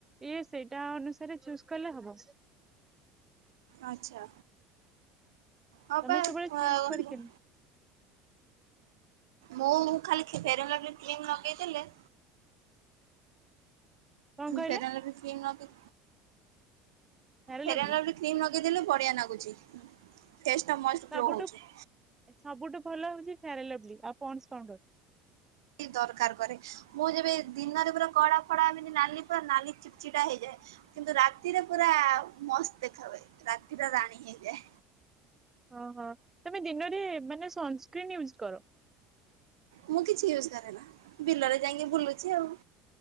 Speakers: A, on the right (about 15°); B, on the right (about 75°).
A: ଇଏ ସେଇଟା ଅନୁସାରେ ଚୁଜ କଲେ ହବ।
B: ଆଛା ହ
A: ତମେ
B: ପା
A: ସବୁବେଳେ ଚୁଜ କରିକେନି
B: <unintelligible> ମୁଁ ଖାଲି କି ଫେରା ଲବଲି କ୍ରିମ ଲଗେଇ ଦେଲେ
A: କଣ କହିଲ
B: ଫେରାନଲବଲି କ୍ରିମ୍‌ ନଗେ
A: ଫେୟାର
B: ଫେରାନ
A: ଲଭଲି
B: ଲବଲି କ୍ରିମ ଲଗେଇଦେଲେ ବଢିଆ ଲାଗୁଚି। ଫେସଟା ମାସ୍ତ
A: ସବୁଠୁ
B: ଗ୍ଲୁ ହଉଛି।
A: ସବୁଠୁ ଭଲ ହଉଛି ଫେୟାରା ଲବଲି ଆଉ ପାଣ୍ଡ୍ସ ପାଓଡର।
B: ଦରକାର କରେ। ମୁଁ ଯେବେ ଦିନରେ ପୁରା କଳା ଫଡା ଏମିତି ନାଲି ପୁରା ନାଲି ଚିଡ଼ ଚିଡା ହେଇଯାଏ। କିନ୍ତୁ ରାତିରେ ପୁରା ମସ୍ତ ଦେଖା ହୁଏ ରାତିରେ ରାଣୀ ହେଇଯାଏ।
A: ଓହଁ ତମେ ଦିନରେ ମାନେ ସନସ୍କ୍ରିନ୍ ୟୁଜ କର।
B: ମୁଁ କିଛି ୟୁଜ କରେ ନା ବିଲରେ ଯାଇଁକି ବୁଲୁଛି ଆଉ।